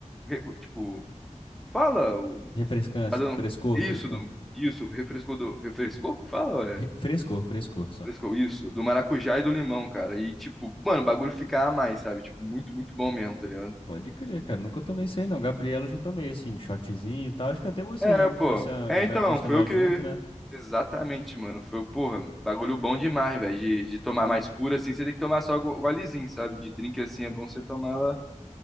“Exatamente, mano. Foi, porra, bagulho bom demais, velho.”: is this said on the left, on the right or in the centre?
Centre